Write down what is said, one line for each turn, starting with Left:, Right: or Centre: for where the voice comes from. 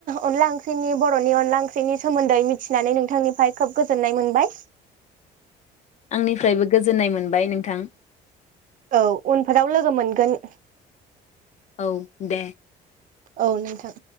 Right: अनला ओंख्रिनि बर'नि अनला ओंख्रिनि सोमोन्दै मिथिनानै नोंथांनिफाय खोब गोजोननाय मोनबाय।
Left: आंनिफ्रायबो गोजोननाय मोनबाय नोंथां।
Right: औ उनफोराव लोगो मोनगोन।
Left: औ दे।
Right: औ नोंथां।